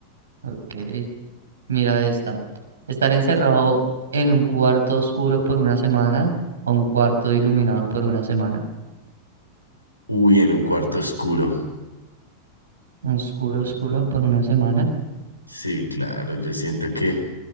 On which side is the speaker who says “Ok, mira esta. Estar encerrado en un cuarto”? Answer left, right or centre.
Right